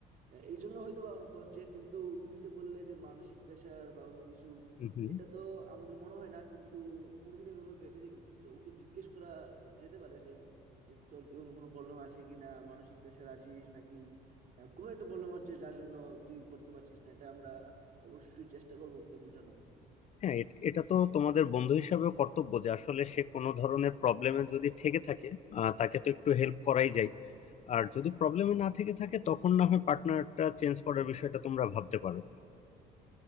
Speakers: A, on the right (about 55°); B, on the left (about 40°).
A: আহ, এই জন্য হয়তো বা হ- হচ্ছে কিন্তু তুমি যে বললে যে মানসিক প্রেশার বা অন্য কিছু
B: হুম হুম
A: এটা তো আমাদের মনে হয় না কিন্তু কোনোদিন এভাবে ভেবে দেখিনি তো ওকে জিজ্ঞেস করা যেতে পারে যে এ, তোর কি কোনো কোনো প্রবলেম আছে কি না মানসিক প্রেশার আছিস নাকি আহ, কোনো একটা প্রবলেম হচ্ছে যার জন্য তুই করতে পারছিস না এটা আমরা অবশ্যই চেষ্টা করবো ওকে বোঝানোর
B: হ্যাঁ এট- এটা তো তোমাদের বন্ধু হিসাবেও কর্তব্য যে আসলে সে কোনো ধরনের প্রবলেমে যদি থেকে থাকে আহ, তাকে তো একটু হেল্প করাই যায় আর যদি প্রবলেমে না থেকে থাকে তখন না হয় পার্টনারটা চেঞ্জ করার বিষয়টা তোমরা ভাবতে পারো